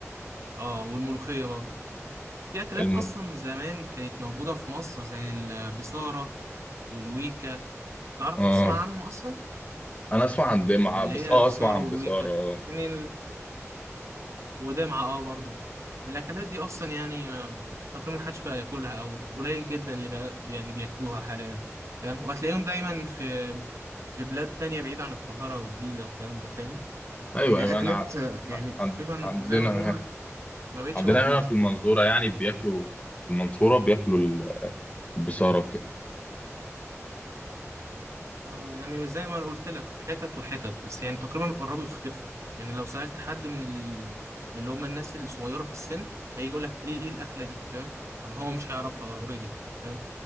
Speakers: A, on the right (about 65°); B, on the left (about 25°).
A: اه والملوخية برضو في أكلات
B: الم...
A: أصلا زمان كانت موجودة في مصر زي البصارة والويكا تعرف
B: اه
A: تسمع عنهم أصلا
B: انا اسمع عن دمعة
A: اللي
B: بس
A: هي
B: اه
A: البصارة
B: اسمع عن
A: والويكا
B: بصارة اه
A: يعني ال... ودمعة اه برضو الأكلات دي أصلا يعني ما- تقريبا محدش بقى ياكلها أو قليل جدا اللي بقى يعني بياكلوها حاليا فاهم وهتلاقيهم دايما في في بلاد تانية بعيدة عن القاهرة والجيزة والكلام ده فاهم
B: ايوه
A: يعني
B: ايوه
A: أكلات
B: انا عن...
A: آه، يعني تقريبا
B: عن... عندنا
A: زي ما نقول ما بقتش
B: عندنا
A: موجودة
B: هنا في المنصورة يعني بياكلوا في المنصورة بياكلوا ال- البصارة وكده
A: آه، يعني زي ما أنا قلت لك في حتت وحتت بس يعني تقريبا قربوا يختفوا يعني لو سألت حد من ال... من اللي هم الناس الصغيرة في السن هيجي يقول لك ايه ايه الأكلة دي فاهم ما هو مش هيعرفها اوريدي فاهم